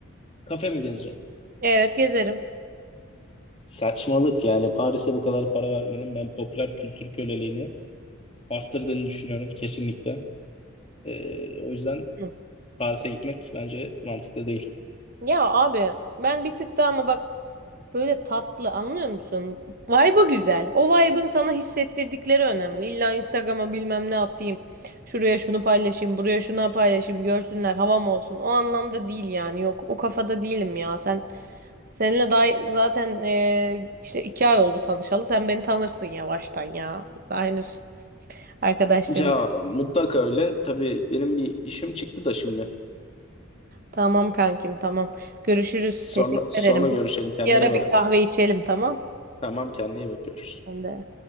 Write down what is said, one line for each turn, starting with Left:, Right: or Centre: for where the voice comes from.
Left: Kafe mi gezeceksin?
Right: Evet gezerim.
Left: Saçmalık yani Paris'e bu kadar para vermenin ben popüler kültür köleliğini arttırdığını düşünüyorum kesinlikle. Ee, o yüzden
Right: Hı.
Left: Paris'e gitmek bence mantıklı değil.
Right: Ya abi ben bir tık daha ama bak böyle tatlı anlıyor musun? Vibe'ı güzel. O vibe'ın sana hissettirdikleri önemli. İlla Instagram'a bilmem ne atayım. Şuraya şunu paylaşayım, buraya şunu paylaşayım, görsünler, havam olsun. O anlamda değil yani. Yok o kafada değilim ya. Sen seninle daha zaten eee, işte iki ay oldu tanışalı. Sen beni tanırsın yavaştan ya. Daha henüz arkadaşlığımız.
Left: Ya mutlaka öyle. Tabii benim bir işim çıktı da şimdi.
Right: Tamam kankim tamam. Görüşürüz.
Left: Sonra
Right: Teşekkür
Left: sonra
Right: ederim. Bir
Left: görüşelim. Kendine
Right: bir ara
Left: iyi bak.
Right: bir kahve içelim tamam.
Left: Tamam kendine iyi bakıyoruz.
Right: Ben de.